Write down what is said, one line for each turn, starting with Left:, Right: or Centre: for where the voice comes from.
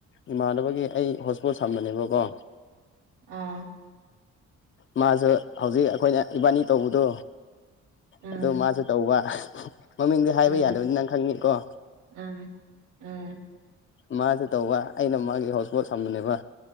Left: ꯏꯃꯥꯟꯅꯕꯒꯤ ꯑꯩ ꯍꯣꯁꯄꯣꯠ ꯁꯝꯕꯅꯦꯕꯀꯣ
Right: ꯑꯥ
Left: ꯃꯥꯁꯨ ꯍꯧꯖꯤꯛ ꯑꯩꯈꯣꯏꯅ ꯏꯕꯥꯅꯤ ꯇꯧꯕꯗꯣ
Right: ꯎꯝ
Left: ꯑꯗꯨ ꯃꯥꯁꯨ ꯇꯧꯕ ꯃꯃꯤꯡꯗꯤ ꯍꯥꯏꯕ
Right: ꯎꯝ
Left: ꯌꯥꯗꯕꯅꯤ ꯅꯪ ꯈꯪꯉꯤꯀꯣ
Right: ꯎꯝ ꯎꯝ
Left: ꯃꯥꯁꯨ ꯇꯧꯕ ꯑꯩꯅ ꯃꯥꯒꯤ ꯍꯣꯠꯁꯄꯣꯠ ꯁꯝꯕꯅꯦꯕ